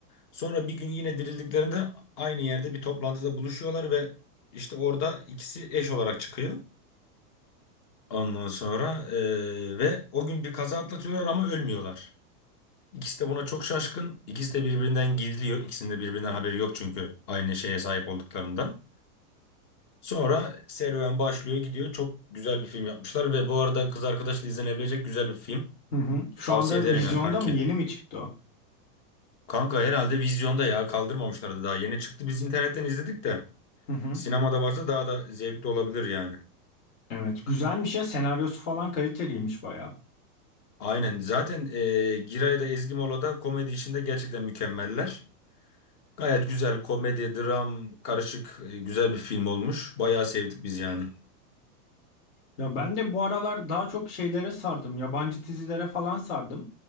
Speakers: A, on the left (about 35°); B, on the left (about 55°).
A: Sonra bir gün yine dirildiklerinde aynı yerde bir toplantıda buluşuyorlar ve işte orada ikisi eş olarak çıkıyor. Ondan sonra eee, ve o gün bir kaza atlatıyorlar ama ölmüyorlar. İkisi de buna çok şaşkın. İkisi de birbirinden gizliyor. İkisinin de birbirinden haberi yok çünkü aynı şeye sahip olduklarından. Sonra serüven başlıyor gidiyor. Çok güzel bir film yapmışlar ve bu arada kız arkadaşla izlenebilecek güzel bir film.
B: Hı hı. Şu
A: Tavsiye
B: anda
A: ederim
B: vizyonda
A: yani kanki.
B: mı? Yeni mi çıktı o?
A: Kanka herhalde vizyonda ya kaldırmamışlardı daha yeni çıktı. Biz internetten izledik de.
B: Hı hı.
A: Sinemada varsa daha da zevkli olabilir yani.
B: Evet. Güzelmiş ya. Senaryosu falan kaliteliymiş bayağı.
A: Aynen. Zaten e, Giray da Ezgi Mola da komedi işinde gerçekten mükemmeller. Gayet güzel komedi, dram, karışık e, güzel bir film olmuş. Bayağı sevdik biz yani.
B: Ya ben de bu aralar daha çok şeylere sardım. Yabancı dizilere falan sardım.